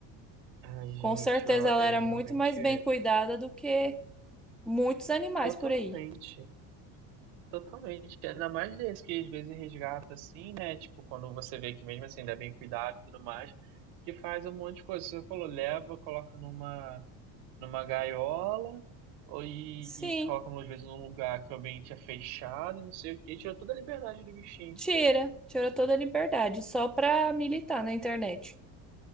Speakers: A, on the right; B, in the centre.
A: Ai, gente,
B: com certeza
A: ó,
B: ela
A: é
B: era
A: realmente
B: muito mais bem cuidada do que muitos animais
A: totalmente,
B: por aí.
A: totalmente. Ainda mais desse que às vezes resgata assim, né? Tipo, quando você vê que mesmo assim ainda é bem cuidado e tudo mais, que faz um monte de coisa. Você falou, leva, coloca numa numa gaiola ou, e,
B: Sim,
A: e colocam às vezes num lugar que o ambiente é fechado, e não sei o que, tira toda a liberdade do bichinho.
B: tira, tira toda a liberdade só pra militar na internet.